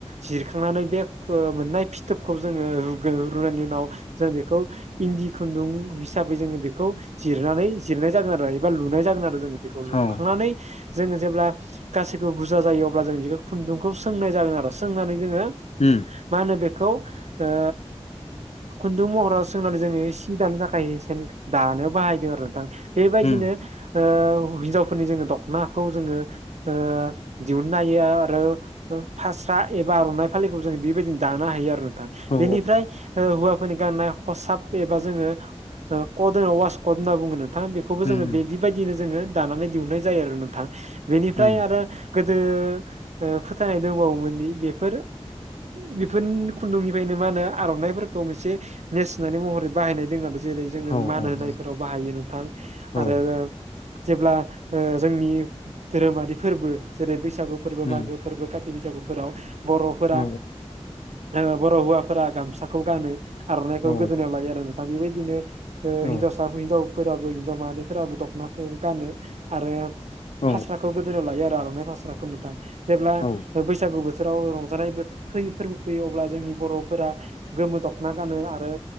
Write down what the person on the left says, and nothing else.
औ
उम
उम
औ
उम
उम
औ
औ
औ
उम
औ
औ
औ
औ
औ